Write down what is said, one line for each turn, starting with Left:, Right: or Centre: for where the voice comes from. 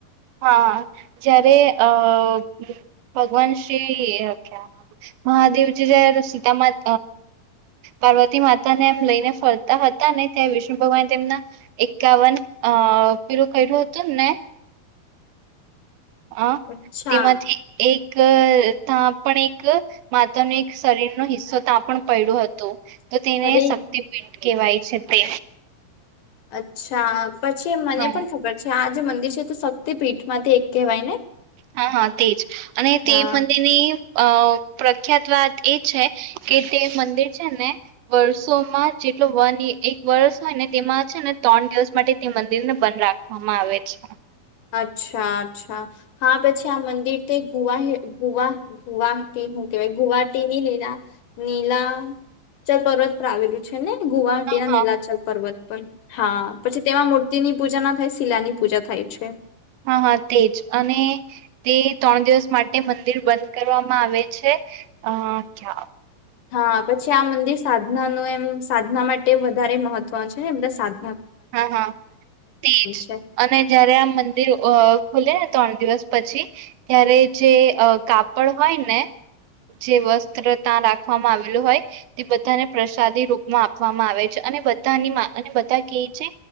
Right: હા, જયારે, અ ભગવાન શ્રી મહાદેવજી <unintelligible> સીતામાં પાર્વતી માતા ને એમ લઈને ફરતા હતા ને ત્યાં વિષ્ણુ ભગવાન તેમના એકાવન અ પેલું કર્યું હતુ ને હ,
Left: અચ્છા
Right: તેમાંથી, એક અ તા પણ એક માતાનુ એક શરીરનો હિસ્સો ત્યાં પણ પડ્યો હતો તો તેને
Left: અરે
Right: શક્તિપીઠ કહેવાય છે તે
Left: અચ્છા પછી મને
Right: હા
Left: પણ ખબર છે, આ જે મંદિર તે તો શક્તિપીઠ માંથી એક કહેવાય ને
Right: હા, હા, તેજ અને તે
Left: હા
Right: મંદિરની અ પ્રખ્યાત વાત એ છે કે તે મંદિર છે ને વર્ષોમાં જે એ વન, એક વર્ષ હોય ને તેમાં છે ને ત્રણ દિવસ માટે તે મંદિરને બંધ રાખવામાં આવે છે
Left: અચ્છા, અચ્છા, હા, પછી આ મંદિર તે ગુવા, ગુવા, ગુવાટી કેવાય ગુવાહાટી ની નીલા નીલાચલ પર્વત પર આવેલું છે ને ગુવાહાટી
Right: હા
Left: ના
Right: હા
Left: નીલાચલ પર્વત પર હા પછી તેમાં મૂર્તિની પૂજામાં ખાલી શિલાની પૂજા થાય છે
Right: હા હા તેજ અને તે ત્રણ દિવસ માટે મંદિર બંધ કરવામાં આવે છે અચ્છા
Left: હા પછી આ મંદિર સાધના નું એમ સાધના માટે વધારે મહત્વ છે ને બધા સાધ
Right: હા હા તેજ
Left: છે
Right: અને જયારે આ મંદિર અ ખોલે ને ત્રણ દિવસ પછી ત્યારે જે કાપડ હોય ને જે વસ્ત્ર તા રાખવામાં આવેલું હોય તે બધાને પ્રસાદી રૂપમાં આપવામાં આવે છે અ અને બધાની અને બધા કે છે